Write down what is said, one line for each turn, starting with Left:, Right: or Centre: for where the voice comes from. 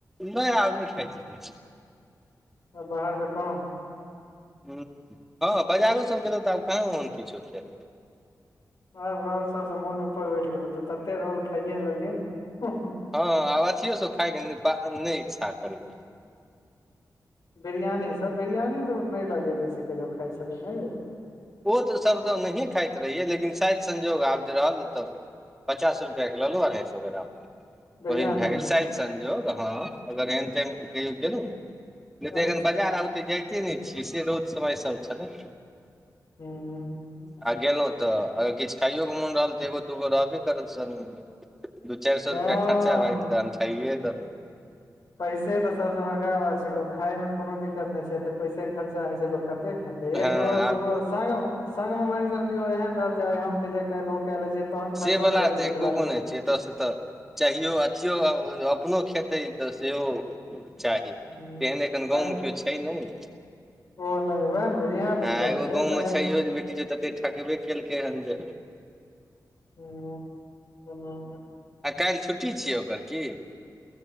Centre: नहि आब नहि खाई छी
Left: बाहरके कम
Centre: ह हँ बजारो सभ गेलहुँ तऽ आब कहाँ ओहन किछो खेलौ
Left: आब राॅल सबसँ मोन ऊपर उठि गेलौ तू तते राॅल खाइये लेलही ने
Centre: हँ आब अथियो सब खाइके नहि इच्छा करैके
Left: बिरयानीसभ बिरयानी तऽ नहि लगैए बेसी कहियो खाई छलै ने रे
Centre: ओ तऽ सभ तऽ नहिए खाइत रहियै लेकिन शायद संजोग आब जे रहल तब पचास रुपआ के ललहु अढाई सए ग्राम
Left: बिरियानी
Centre: ओहि मे भए गेल शायद संजोग हँ अगर एहन त कहियो गेल नहि तऽ
Left: अच्छा
Centre: एखन बाजार आ ओते जाइते नहि छियै से बहुत समय सब छल ने
Left: हू
Centre: आ गेलहुँ तऽ अगर किछु खाइय ओके मोन रहल तऽ एगो दूगो रहबे करत श दू चारि सए
Left: हँ
Centre: रुपैआ खर्चा भए गेल तऽ अनठाइए देलै
Left: पैसे तऽ सबसँ बड़का बात छै लोक खाायमे तऽ कोनो दिक्कत नहि छै एते पैसे खर्चा होइ छै लोक कते खेतै त
Centre: हँ
Left: एगो दूगो
Centre: आब
Left: स सग मे मानि चलक एहन रहल जे आइ हम के काल् ओ कए ले छै तहन
Centre: से
Left: खर्चो
Centre: बला
Left: करे मे
Centre: तऽ
Left: नीक
Centre: एको
Left: लागै
Centre: गो नहिइ छै एतयसँ तऽ चाहियो अथियो अपनो खेतै तऽ सेहो चाही
Left: हूँ
Centre: तेहन एखन गाँवमे केओ छै नहि
Left: ओ नहि वएह दिक्कत
Centre: आँ एगो
Left: छै
Centre: गाँवमे
Left: तहन
Centre: छैयो जे बेटी जे तते ठकबे केलकै हेन जे
Left: <unintelligible>
Centre: आ काल्हि छुट्टी छियै ओकर की